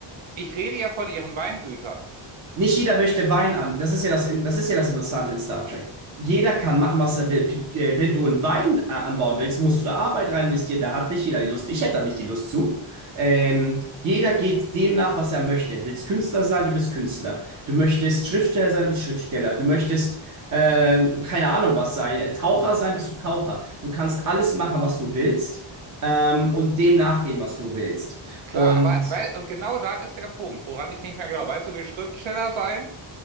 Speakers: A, on the right; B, on the right.
A: ich rede ja von ihren Weingütern.
B: Nicht jeder möchte Wein an. Das ist ja das, das ist ja das Interessante in Star Trek. Jeder kann machen, was er will. Pi- äh, Wenn du einen Wein äh, anbauen willst, musst du da Arbeit rein investieren. Da hat nicht jeder die Lust. Ich hätte da nicht die Lust zu. Ähm, jeder geht dem nach, was er möchte. Willst Künstler sein, du bist Künstler. Du möchtest Schriftsteller sein, du bist Schriftsteller. Du möchtest, äh, keine Ahnung was sein, äh, Taucher sein, bist du Taucher. Du kannst alles machen, was du willst, ähm, und dem nachgehen, was du willst.
A: Klar,
B: Und
A: aber weil, und genau da ist der Punkt, woran ich nicht mehr glaube. Weißt du, will Schriftsteller sein?